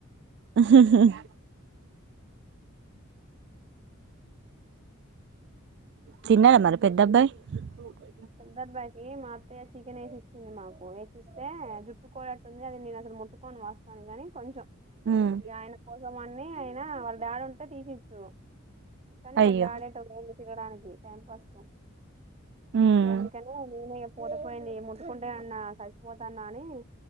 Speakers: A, on the right; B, on the right.
A: మ్హ మ్హ్ తిన్నారా మరి పెద్దబ్బాయి ఇ
B: పెద్దబ్బాయికి మా అత్తయ్య చికెన్ ఏసిచ్చింది మాకు వేసిస్తే జుట్టుకోడట్టుంది అది నేను అసలు ముట్టుకొని వాసన గాని కొంచెం
A: హ్మ్
B: గ ఆయన కోసం అని నీ అయినా వాళ్ళ డాడుంటే తీసిచ్చును కానీ
A: అయ్యో
B: వాళ్ళు డాడేటో పోయిండు తిరగడానికి టైం పాస్ కు
A: హ్మ్
B: ఇగ అందుకనే నేనే పతే పోయింది ముట్టుకుంటే ఏమన్నా సచిపోతాన్నా అని